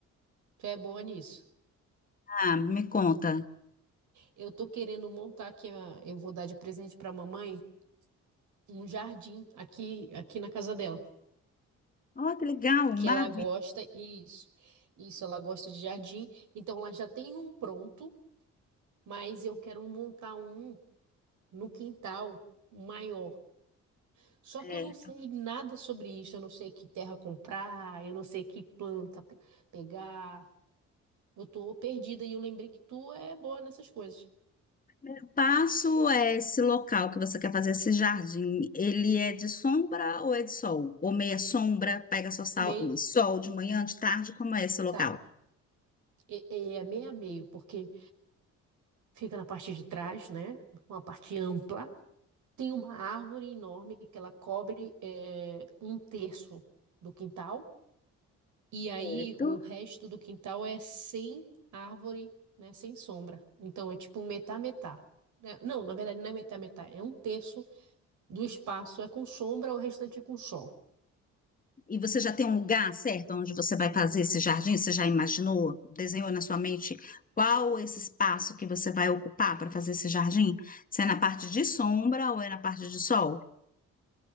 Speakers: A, on the right (about 75°); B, on the left (about 30°).
A: tu é boa nisso.
B: Ah, me conta.
A: Eu tô querendo montar aqui, a- eu vou dar de presente pra mamãe um jardim aqui, aqui na casa dela,
B: Oh, que legal,
A: que
B: maravilha.
A: ela gosta, e isso. Isso, ela gosta de jardim. Então ela já tem um pronto, mas eu quero montar um no quintal maior. Só
B: É,
A: que eu não sei nada sobre isso, eu não sei que terra comprar, eu não sei que planta pe- pegar. Eu tô perdida e eu lembrei que tu é boa nessas coisas.
B: eu Passo é esse local que você quer fazer, esse jardim, ele é de sombra ou é de sol? Ou meia sombra, pega só sal-
A: Meio,
B: sol de manhã, de tarde, como é esse local?
A: tá. E- e é meio a meio, porque fica na parte de trás, né? Uma parte ampla. Tem uma árvore enorme que ela cobre é, um terço do quintal. E aí
B: Certo.
A: o resto do quintal é sem árvore, né? Sem sombra. Então é tipo metá-metá. né? Não, na verdade não é metá-metá. É um terço do espaço é com sombra, o restante é com sol.
B: E você já tem um lugar certo onde você vai fazer esse jardim? Você já imaginou, desenhou na sua mente qual esse espaço que você vai ocupar para fazer esse jardim? Se é na parte de sombra ou é na parte de sol?